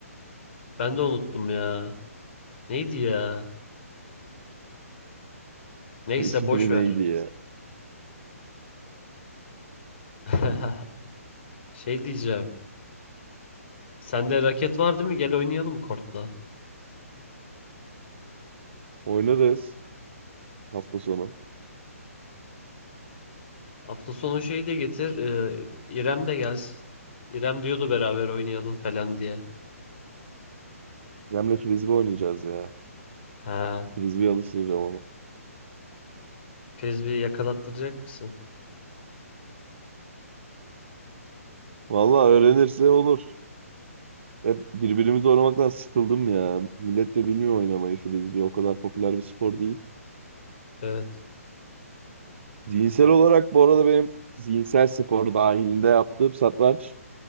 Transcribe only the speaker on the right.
<laughs> İsmini
neydi ya?
Oynarız hafta sonu.
Remle frisbee oynayacağız ya.
Frisbee alıştıracağım onu.
Vallahi öğrenirse olur. Hep birbirimizi oynamaktan sıkıldım ya. Millet de bilmiyor oynamayı frisbee. O kadar popüler bir spor değil.
Zihinsel olarak bu arada benim zihinsel spor dahilinde yaptığım satranç.